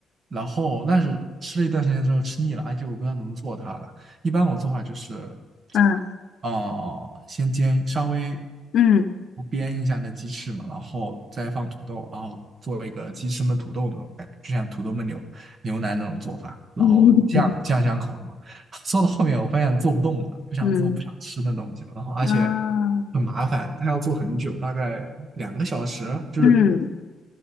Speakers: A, on the right; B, on the left.
A: 然后，但是吃了一段时间之后吃腻了，而且我不知道怎么做它了。一般我做法就是
B: 嗯
A: 哦，先煎稍微
B: 嗯
A: 煸一下那鸡翅嘛，然后再放土豆，然后做一个鸡翅焖土豆那种感觉，就像土豆焖牛牛腩那种做法，然后酱酱香口嘛。
B: <laughs>
A: <laughs> 做到后面我发现做不动了，不想做不想吃那东西了，
B: 嗯
A: 然后而且
B: 嗯，
A: 很麻烦，它要做很久，大概两个小时，就是
B: 嗯，